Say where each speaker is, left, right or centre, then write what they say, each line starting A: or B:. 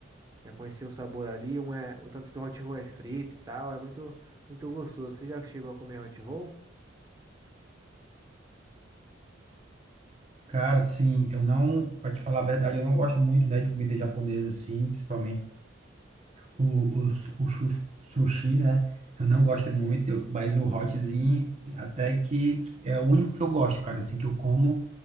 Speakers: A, on the right; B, on the right.
A: já conhecer o sabor ali. Um é, o tanto que o hot roll é frito e tal, é muito, muito gostoso. Você já chegou a comer hot roll?
B: Cara, sim, eu não, pra te falar a verdade, eu não gosto muito, né, de comida japonesa, assim, principalmente o, o, su- o su- sushi, né? Eu não gosto muito, eu- mas o hotzinho até que que é o único que eu gosto, cara, assim, que eu como